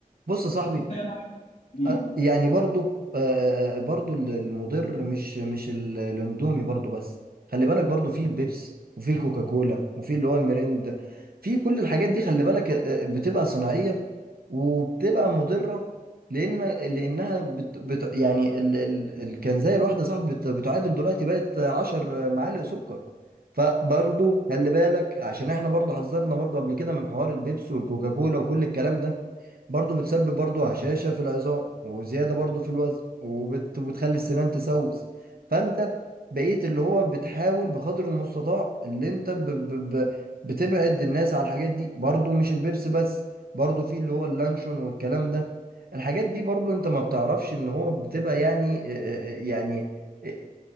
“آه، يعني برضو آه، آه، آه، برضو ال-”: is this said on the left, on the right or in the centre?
Right